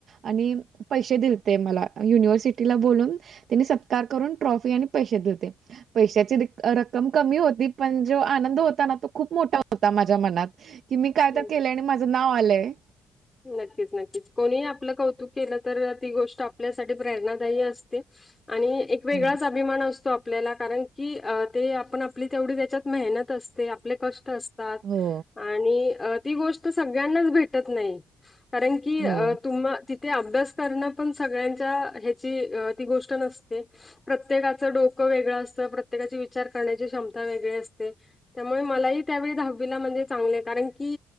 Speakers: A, on the right; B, on the left.
A: आणि पैसे दिलते मला युनिव्हर्सिटीला बोलून त्यांनी सत्कार करून ट्रॉफी आणि पैसे दिलते. पैशाची रिक रक्कम कमी होती पण ज्यो आनंद होता ना तो खूप मोठा होता माझ्या मनात कि मी काय
B: हो
A: तर केलंय आणि माझं नाव आलंय.
B: नक्कीच नक्कीच कोणी आपलं कौतुक केलं तर ती गोष्ट आपल्यासाठी प्रेरणादायी असते. आणि एक वेगळाच
A: हो.
B: अभिमान असतो आपल्याला कारण की अ ते आपण आपली तेवढी त्याच्यात मेहनत असते आपले कष्ट अस तात
A: हो,
B: आणि ती गोष्ट सगळ्यांनाच भेटत नाही. कारण की
A: हो,
B: तुम ती ते अभ्यास करणं पण सगळ्यांच्या ह्याची ती गोष्ट नसते. प्रत्येकाचं डोकं वेगळं असतं प्रत्येकाची विचार करण्याची क्षमता वेगळी असते. त्यामुळे मलाही त्यावेळी दहावीला म्हणजे चांगले कारण की